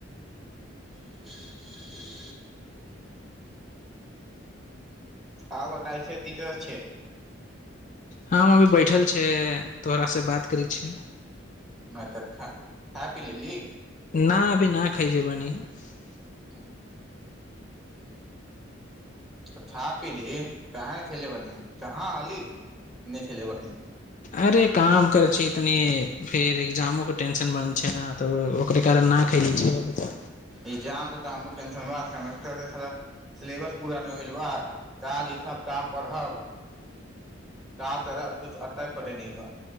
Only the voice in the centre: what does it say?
<inaudible> आ बताय छै ती तस छै
अच्छा खा पी लेली
अचछा त खा पी ली कानी खे बनि कहाँ हली खेलेबनी
एग्जाम देतह हमरो टेंशन बह सेमेस्टर सँ सारा सिलेबस पूरा नहि होयल बा का लिखब का पढ़ब त त रह तु अता ह पते न बा